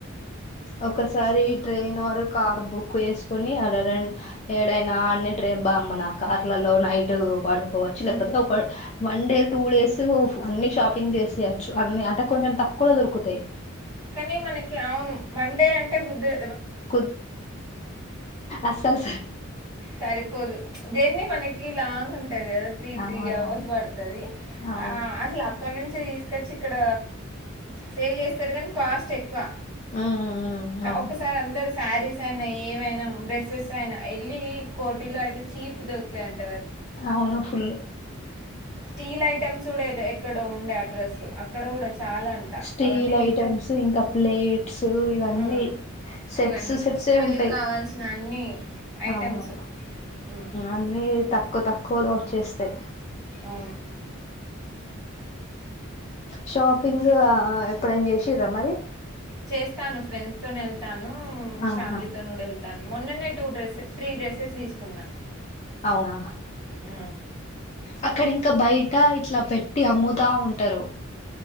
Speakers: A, on the left; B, on the right.
A: ఒకసారి ట్రైన్ ఆర్ కార్ బుక్ చేసుకుని అలా రెం ఏడైనా అన్ని ట్రైన్ బామ్మనా కార్ల లో నైట్ వాడుకోవచ్చు
B: ఉమ్
A: లేకపోతే ఒక వన్ డే టూ డేస్ అన్ని షాపింగ్ చేసేయచ్చు అన్ని అంటే కొంచెం తక్కువలో దొరుకుతాయి.
B: కానీ మనకి అవును వన్ డే అంటే ముద్రు
A: కు అసలు
B: సరిపోదు జన్ని మనకి లాంగ్ ఉంటది కదా త్రీ
A: అవునవును
B: త్రీ అవర్స్ పడుతది
A: అవును
B: ఆ అసలు అక్కడ నుంచి తీసుకొచ్చి ఇక్కడ సేవ్ చేస్తారు కానీ కాస్ట్ ఎక్కువ
A: మ్మ్ అవును
B: ఒక్కసారి అందరు శారీస్ అయినా ఏమైనా డ్రెస్సెస్ అయినా వెళ్లి కోటిలో అయితే చీప్ దొరుకుతాయింట
A: అవును ఫుల్
B: స్టీల్ ఐటమ్స్ కూడాదో ఎక్కడో ఉండే అడ్రస్ అక్కడ కూడా చాలా అంట
A: స్టీల్
B: అవన్నీ చూస్తే
A: ఐటమ్స్ ఇంకా ప్లేట్స్ ఇవన్నీ
B: ఉమ్
A: సెట్స్
B: ఇవన్నీ
A: సెట్స్
B: పెళ్ళికి
A: ఉంటాయి
B: కావాల్సిన అన్ని ఐటమ్స్
A: అవును
B: ఉమ్
A: అన్ని తక్కువ తక్కువలో వచ్చేస్తాయి
B: అవును
A: షాపింగ్ ఆ ఎప్పుడైం చేసిరా మరి
B: చేస్తాను ఫ్రెండ్స్ తో వెళ్తాను
A: ఆహా
B: ఫ్యామిలీతోను వెళ్తా మొన్ననే టూ డ్రెస్సెస్ త్రీ డ్రస్సెస్ తీసుకున్నా
A: అవునా
B: ఆ
A: అక్కడింకా బయట ఇట్లా పెట్టి అమ్ముతా ఉంటారు